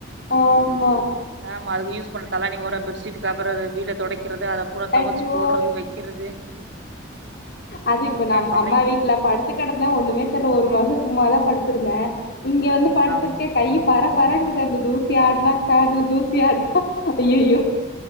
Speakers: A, on the left; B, on the right.
A: ஆமா
B: ஆமா அதுக யூஸ் பண்ண தலவாணி ஒர பெட்ஷீட் கவரு வீட தொடைக்கிறது அத பூரா துவச்சு
A: ஐயோ
B: போடுறது வைக் க்கிறது
A: அது இப்ப நம்
B: பழகி
A: அம்மா வீட்ல
B: போச்சு
A: படுத் எப்டி கெடந்தா ஒண்ணுமே தெர்ல ஒரு மாசம் சும்மாதா படுத்திருந்த இங்க வந்து படுத்துருக்கே
B: ஆமா
A: கை பரப்பரங்குதா அங்கு தூசி ஆடுனா ஃபேனு தூசி ஆடுனா ஐய்யையோ